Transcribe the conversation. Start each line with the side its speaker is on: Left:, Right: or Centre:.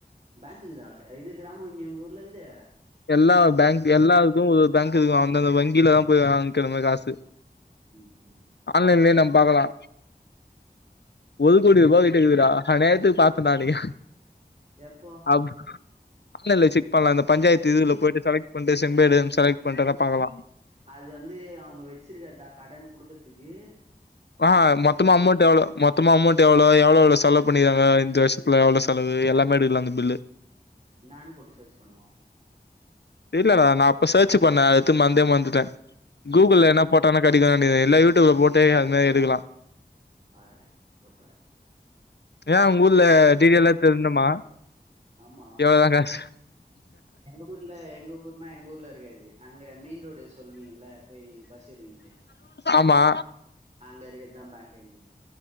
Right: பேங்க் இக்குதா இது கிராம இங்க உங்க ஊர்ல இருக்குது
Left: எல்லா பேங்க் எல்லா இதுவு ஒரு பேங்க் இருக்கு அந்த அந்த வங்கிலதா போயி வாங்கிக்கனு நம்ம காசு
Right: <unintelligible>
Left: ஆன்லைன்லேயே நம்ம பாக்கலா ஒரு கோடி ரூபா கிட்ட இருக்குதுடா அநியாயத்துக்கு பாத்தேன்டா நா அன்னைக்கு
Right: எப்போ
Left: ஆ இல்ல இல்ல செக் பண்லா அந்த பஞ்சாயத்து இதுகுல்ல
Right: எப்டி
Left: போயிட்டு செலெக்ட் பண்ட்டு செம்பேடு செலக்ட் பண்ட்டு வேனா பாக்கலா
Right: அது வந்து அவுங்க வச்சிருக்கதா கடன் குடுக்கரதுக்கு
Left: ஆ மொத்தமா அமௌண்ட் எவ்வளோ மொத் மொத்தமா அமௌண்ட் எவ்வளோ எவ்வளோ எவ்வளோ செலவு பண்ணிருக்காங்க இந்த வருஷத்துல எவ்வளோ செலவு எல்லாமே எடுக்கலா அந்த பில்லு
Right: என்னானு போட்டு சர்ச்சு பண்ணணு
Left: தெரிலடா நா அப்ப சர்ச் பண்ணே அடுத்து மரந்தே மறந்துட்டே கூகுள்ள
Right: ம் ம்
Left: வேனா போட்டானா கெடைக்குனு நெனைக்கே இல்ல யூடியூப் போட்டா அது மாரி எடுக்லா
Right: பாக்குற போட்டு பாக்குற
Left: ஏ உங்க ஊர்ல டீட்டெயிலா தெரினுமா
Right: ஆமா
Left: எவ்ளோதா காசு
Right: எங்க ஊர்ல எங்க ஊருனா எங்க ஊர்ல இருக்காது அங்க மெயின் ரோடு சொல்லுவீங்கல்ல போய் பஸ் ஏறுவீங்களே
Left: ஆமா
Right: அங்க இருக்குறதா பேங்க் எங்களுக்கு